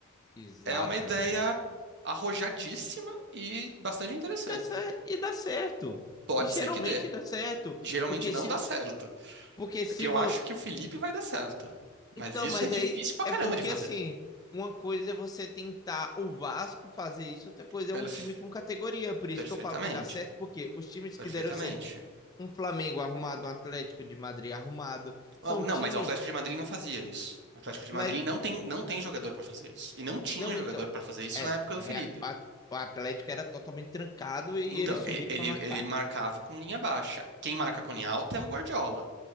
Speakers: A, on the left; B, on the right.
A: Exatamente.
B: É uma ideia arrojadíssima e bastante interessante.
A: E dá, cer- e dá certo.
B: Pode
A: E geralmente
B: ser que dê.
A: dá certo,
B: Geralmente
A: porque
B: não
A: se
B: dá certo.
A: porque se,
B: É que eu
A: vo-
B: acho que o Felipe vai dar certo. Mas
A: Então,
B: isso
A: mas
B: é difícil
A: aí
B: pra
A: é
B: caramba
A: porque
B: de fazer.
A: assim, uma coisa é você tentar o Vasco fazer isso, outra coisa
B: Perf-
A: é um time com categoria. Por isso
B: Perfeitamente.
A: que eu falo que dá certo, porque os times
B: Perfeitamente.
A: que deram certo, um Flamengo arrumado, um Atlético de Madrid arrumado, são
B: Não, não,
A: times,
B: mas o Atlético de Madrid não fazia isso. O Atlético de
A: mas
B: Madrid não tem, não tem jogador pra fazer isso. E não tinha
A: não
B: jogador
A: então.
B: pra fazer isso
A: É,
B: na época
A: o
B: do Felipe.
A: a- o Atlético era totalmente trancado e
B: Então,
A: ele subia
B: e- ele,
A: para marcar.
B: ele marcava com linha baixa. Quem marca com linha alta é o Guardiola.